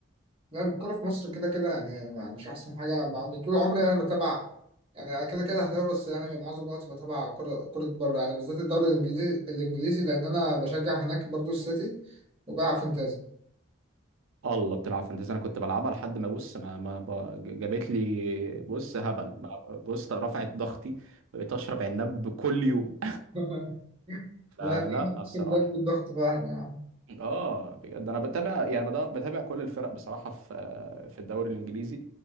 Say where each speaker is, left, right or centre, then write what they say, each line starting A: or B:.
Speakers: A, on the right; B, on the right.
A: لا الكورة في مصر كده كده يعني يعني مش أحسن حاجة يعني طول عمري أنا بتابع يعني أنا كده كده أهلاوي بس يعني معظم الوقت بتابع كرة كرة بره يعني بالذات الدوري الإنجليزي الإنجليزي لأن أنا بشجع هناك برضو السيتي وبلعب فانتازي
B: الله بتلعب فانتزي انا كنت بلعبها لحد ما بص ما, ما ب- جابت لي بص هبل ما- بص رفعت ضغطي بقيت اشرب عناب كل يوم
A: <laughs>
B: <laughs> فلا
A: لا يعني أقسم
B: بصراحه
A: بالله بجيب الضغط فعلا يا عم
B: اه بجد انا بتابع يعني بدا- بتابع كل الفرق بصراحه في في الدوري الانجليزي